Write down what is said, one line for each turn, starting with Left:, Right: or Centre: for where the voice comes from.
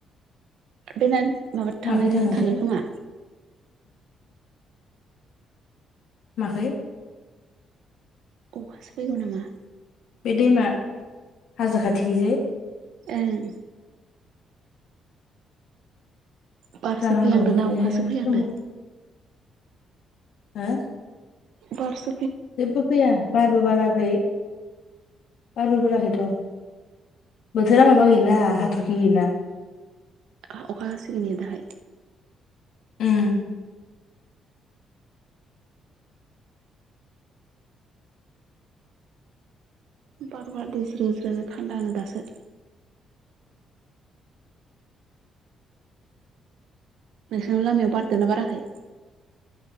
Right: बेनाद माबा
Left: माखै
Right: थांनायजोंनो
Left: थाङोथाय
Right: थाङो खोमा।
Left: माखै।
Right: अखासो फैगौ नामा?
Left: बे दैमा हाजो खाथिखैजाय।
Right: ओं। बारसो
Left: जानांगौ
Right: फैहांदोंना
Left: इखिनो
Right: अखासो फैहांदो
Left: समाव। हो।
Right: बारस।
Left: जेबो फैया बारबो बाराखै बारबो बाराखैथ'। बोथोरा माबा गैला हाथरखि गैला।
Right: अखा हासोगोन दाहाय।
Left: उम।
Right: बार बार दैज्रोज्रो थान्दानो दासो। नोंसोरनि लामायाव बारदा बाराखै?